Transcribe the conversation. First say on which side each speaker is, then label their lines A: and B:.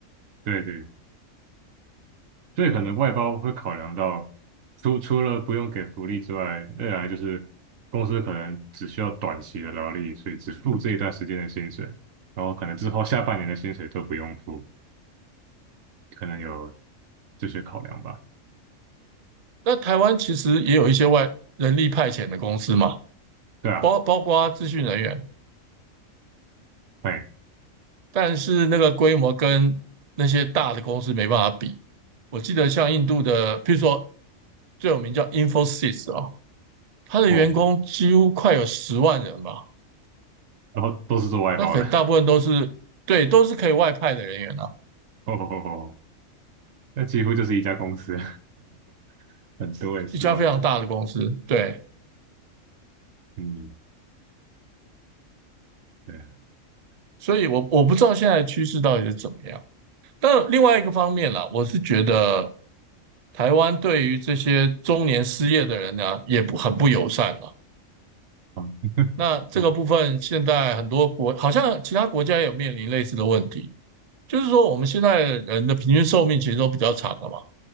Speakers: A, on the right; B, on the right.
A: 对对，所以可能外包会考量到，除除了不用给福利之外，二来就是公司可能只需要短期的劳力，所以只付这一段时间的薪水，然后可能之后下半年的薪水都不用付，可能有这些考量吧。
B: 那台湾其实也有一些外人力派遣的公司嘛，
A: 对啊，
B: 包包括资讯人员，
A: 哎，
B: 但是那个规模跟那些大的公司没办法比。我记得像印度的，譬如说最有名叫 Infosys 啊，他的员工几乎快有十万人吧，
A: 哦，然后都是做外包的，
B: 那可能大部分都是对，都是可以外派的人员啊，
A: <laughs> 哦哦哦。哦那几乎就是一家公司，<laughs> 很多诶，十万人。
B: 一家非常大的公司，对，
A: 嗯，对啊，
B: 所以我我不知道现在的趋势到底是怎么样。但另外一个方面啦，我是觉得台湾对于这些中年失业的人呢，也不很不友善了。
A: <laughs>
B: 那这个部分，
A: 我
B: 现在很多国好像其他国家也有面临类似的问题，就是说我们现在人的平均寿命其实都比较长了嘛。